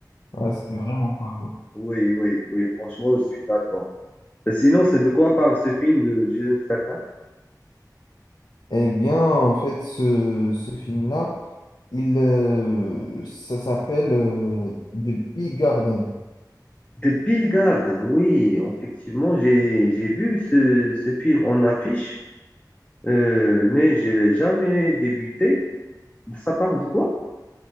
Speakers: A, on the left; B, on the left.
A: Ouais, c'était vraiment pas bon.
B: Oui, oui, oui, franchement, je suis d'accord. Euh, Sinon, c'est de quoi parle ce film de Jason Statham?
A: Eh bien, en fait, ce, ce film-là. Il, euh, ça s'appelle euh, The Big Garden.
B: The Bill Garden, oui, effectivement, j'ai j'ai vu ce, ce film en affiche, euh, mais je l'ai jamais débuté. Ça parle de quoi?